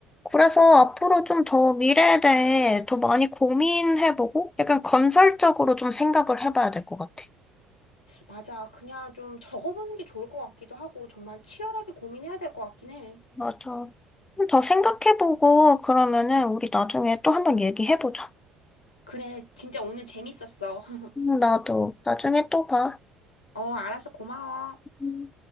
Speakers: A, on the left; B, on the left.
A: 그래서 앞으로 좀 더 미래에 대해 더 많이 고민해보고 약간 건설적으로 좀 생각을 해봐야 될 것 같아.
B: 맞아. 그냥 좀 적어보는 게 좋을 것 같기도 하고 정말 치열하게 고민해야 될 것 같긴 해.
A: 맞아. 좀 더 생각해보고 그러면은 우리 나중에 또 한 번 얘기해보자.
B: 그래, 진짜 오늘 재밌었어. <laughs>
A: 음, 나도 나중에 또 봐.
B: 어, 알았어. 고마워.
A: 음.